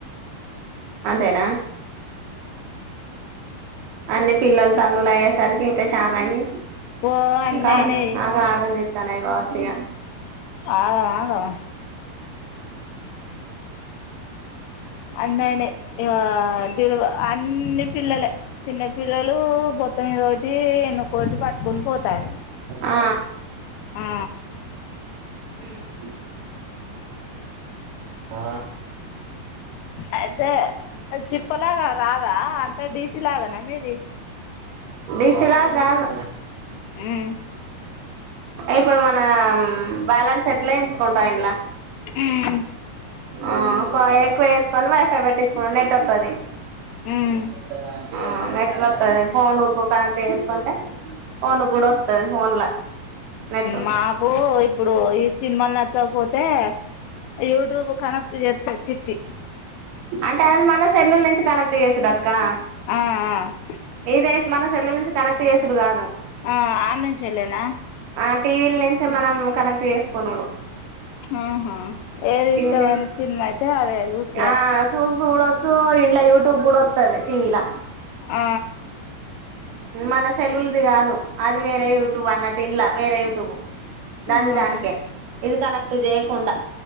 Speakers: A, on the right; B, on the left.
A: అంతేనా అన్ని పిల్లలు తల్లులు అయ్యేసరికి ఇంకా చా నయి
B: ఓ అన్నయినై
A: కా ఆగా ఆగా చే తనే గావచ్చుగా
B: ఆగవాగవ అన్నయనే <unintelligible> పిరుగు అన్నీ పిల్లలే చిన్న పిల్లలు పొత్తొమ్మిది ఎన్నుకోటి పట్టుకొని పోతాయి
A: ఆ
B: ఆ
A: ఆ ఆ
B: అయితే చిప్ప లాగా రాదా అంటే డీసీ లాగనా మీది
A: బిసిలా కాదు
B: మ్
A: ఇప్పుడు మనం బ్యాలెన్స్ ఎట్లేయించుకుంటాం ఇంట్లా
B: ఉమ్
A: ఆ కాఎక్కువేసుకొనివైఫై పెట్టించుకో నెట్ ఒత్తాది
B: ఉమ్
A: భూమున్నది కదా ఆ నెట్ వత్తది ఫోనుకు కనెక్ట్ చేసుకుంటే ఫోనుక్కూడా వత్తది ఫోన్లా నెట్టు
B: మాకూ ఇప్పుడు ఈస్ సినిమాల్ నచ్చకపోతే యూట్యూబ్ కనెక్ట్ చేత్తది చిట్టి
A: అంటే అది మన సెల్లుల్ నుంచి కనెక్ట్ చేస్తుడు <inaudible> కా
B: ఆ ఆ
A: ఏది మన సెల్లుల్ నుంచి కనెక్ట్ చేసుడు కాదు
B: ఆ ఆన్నుంచి ఎల్లిన
A: ఆ టీవీల నుంచే మనం కనెక్ట్ చేసుకునుడు
B: ఆహా ఏది
A: టీవీల
B: ఇష్టమైన
A: నుంచి
B: చినిమా అయితే అదే సూసు
A: ఆ సూ చూడొచ్చు ఇండ్లా యూట్యూబ్ కూడా వత్తది టీవీల
B: ఆ
A: మన సెలవులది కాదు అది వేరే యూట్యూబ్ అన్నట్టు ఇంలా వేరే యూట్యూబ్ దాన్ని
B: ఆ
A: దానికే ఇది కనెక్ట్ చేయకుండా